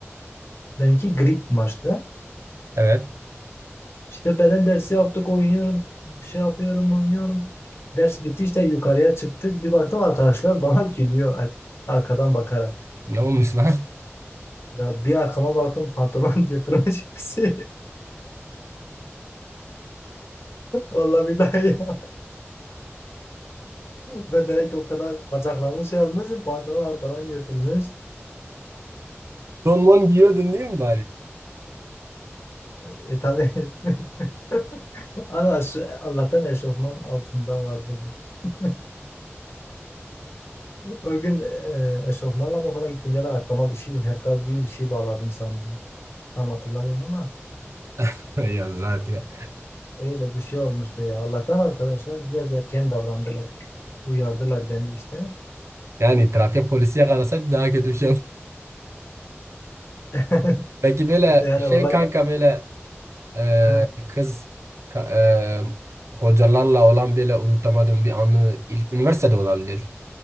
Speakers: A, on the left (about 60°); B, on the right (about 75°).
A: Benimki gri kumaştı.
B: Evet.
A: İşte beden dersi yaptık oynuyorum. Şey yapıyorum oynuyorum. Ders bitti işte yukarıya çıktık. Bir baktım arkadaşlar bana gülüyor ar- arkadan bakarak.
B: Ne olmuş lan?
A: Ya bir arkama baktım pantolon <laughs> yırtılmış. <laughs> Vallahi billahi ya. Ben demek ki o kadar bacaklarını şey yapmışım pantolon arkadan yırtılmış.
B: <laughs> Donman giyiyordun değil mi bari?
A: E tabii <laughs> ama şu, Allah'tan eşofman altında vardı. <laughs> O gün e, eşofmanla mı okula gittiğimde de arkama bir şey, herkal gibi bir şey bağladım sandım. Tam hatırlamıyorum ama
B: <laughs> Ya zaten.
A: öyle bir şey olmuştu ya. Allah'tan arkadaşlar biraz erken davrandılar. Uyardılar beni işte.
B: Yani trafik polisi yakalasaydı daha kötü bir şey olur.
A: <laughs>
B: Peki böyle
A: Yani
B: şey
A: olay
B: kanka böyle e,
A: ha.
B: kız ka- e, hocalarla olan böyle unutamadığım bir anı ilk üniversitede olabilir.